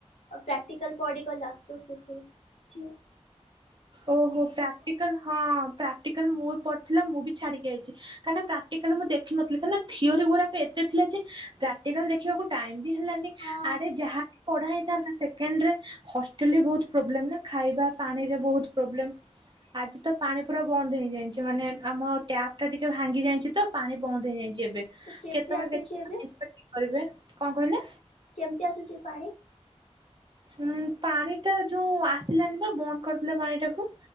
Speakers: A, on the left; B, on the right.
A: ଓ ପ୍ରାକ୍ଟିକାଲ୍ ପଡ଼ିଗଲା ତୋ ସେଠି, ଥିଓ
B: ଓହୋ! ପ୍ରାକ୍ଟିକାଲ୍ ହଁ ପ୍ରାକ୍ଟିକାଲ୍ ମୁଁ ବି ପଢଥିଲା, ମୁଁ ବି ଛାଡିକି ଆଇଛି। କାଇଁକିନା, ପ୍ରାକଟିକାଲ୍ ମୁଁ ଦେଖିନଥିଲି, କାଇଁ ନା ଥିଓରି ଗୁରାକ ଏତେ ଥିଲା ଯେ ପ୍ରାକ୍ଟିକାଲ୍ ଦେଖିବାକୁ ଟାଇମ୍ ବି ହେଲାନି।
A: ହଁ
B: ଆଡେ ଯାହା ପଢା ହେଇଥାନ୍ତା, ସେକେଣ୍ଡ ରେ ହଷ୍ଟେଲରେ ବହୁତ ପ୍ରୋବ୍ଲେମ୍ ନା, ଖାଇବା, ପାଣିରେ ବହୁତ ପ୍ରୋବ୍ଲେମ୍ ଆଜି ତ ପାଣି ପୁରା ବନ୍ଦ ହେଇଁଯାଇଛି। ମାନେ ଆମ ଟ୍ୟାପ୍ ଟା ଟିକେ ଭାଙ୍ଗି ଯାଇଁଛି ତ, ପାଣି ବନ୍ଦ ହେଇଯାଇଛି ଏବେ।
A: ତ କେମିତି
B: କେତେବେଳେ
A: ଆସୁଛି ଏବେ
B: <inaudible> କରିବେ, କଣ କହିଲେ?
A: କେମିତି ଆସୁଛି ପାଣି?
B: ଉୁଁ, ପାଣି ଟା ଯୋଉ ଆସିଲାନି, ବା ବନ୍ଦ କରିଥିଲେ ପାଣି ଟାକୁ।